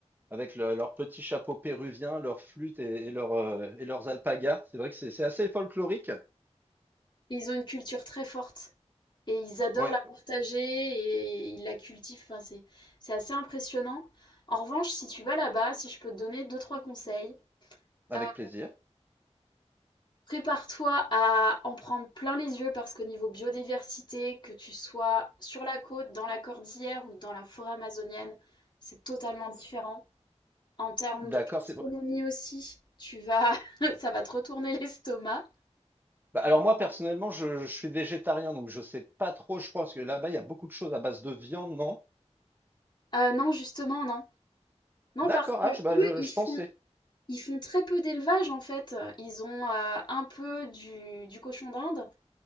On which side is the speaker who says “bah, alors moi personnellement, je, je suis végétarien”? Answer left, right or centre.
Right